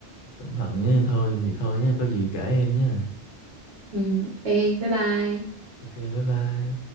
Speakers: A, on the left; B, on the right.
A: cẩn thận nhé thôi vậy thôi nhé có gì kể em nhé
B: ừ, ok bye bye
A: ok bye bye